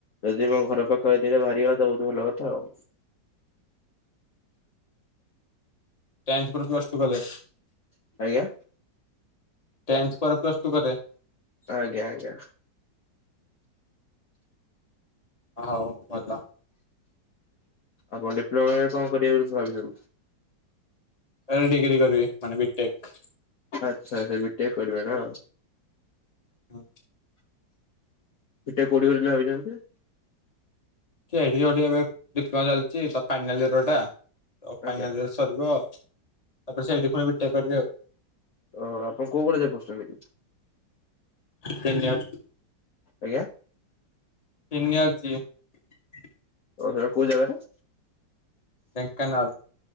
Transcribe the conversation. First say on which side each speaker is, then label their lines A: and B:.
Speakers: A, on the left; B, on the left.
A: ଯଦି ମୋ ଘର ପାଖ ଏରିଆ ରେ ବାହାରିଗଲା ତ ବହୁତ ଭଲ କଥା ଆଉ।
B: ଟେନ୍ଥ ପରେ ପ୍ଲସ ଟୁ କଲେ?
A: ଆଜ୍ଞା
B: ଟେନ୍ଥ ପରେ ପ୍ଲସ ଟୁ କଲେ
A: ଆଜ୍ଞା ଆଜ୍ଞା।
B: ହଉ ଭଲ।
A: ଆପଣ ଡିପ୍ଲୋମା ରେ କଣ କରିବେ ବୋଲି ଭାବିଛନ୍ତି।
B: ଏଲ ଡିଗ୍ରୀ କରିବି ମାନେ ବିଟେକ।
A: ଆଚ୍ଛା ଆଚ୍ଛା ବିଟେକ୍ କରିବେ ନା।
B: ହଁ।
A: ବିଟେକ୍ କୋଉଠି କରିବେ ବୋଲି ଭାବିଛନ୍ତି?
B: <unintelligible> ଏବେ ଡିପ୍ଲୋମା ଚାଲିଛି ତ ଫାଇନାଲ ଇଅରଟା ତ ଫାଇନାଲ
A: ଆଜ୍ଞା
B: ୟର ସରିବ ତାପରେ ସେଇଠି ପୁଣି ବିଟେକ୍ କରିବି ଆଉ।
A: ଓ ହୋ ଆପଣ କୋଉ କଲେଜ ରେ ପଢ଼ୁଛନ୍ତି କି?
B: ତିନି ଇୟର
A: ଆଜ୍ଞା।
B: <unintelligible>
A: ଓ ସେଟା କୋଉ ଜାଗାଟା?
B: ଢେଙ୍କାନାଳ।